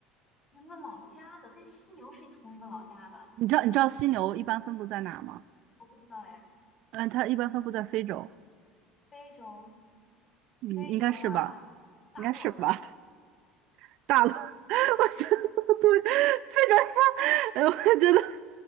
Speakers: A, on the left; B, on the right.
A: 同一个老家的，跟犀牛是同一个老家的，
B: 你知道你知道犀牛一般分布在哪吗？
A: 我不知道哎。
B: 嗯，它一般分布在非洲。
A: 非洲，
B: 嗯，
A: 非洲的话，
B: 应该是吧？
A: 大骆驼，
B: 应该是吧？<laughs> 大陆，<laughs> 我觉得不对，非洲呀，<laughs> 呃我觉得，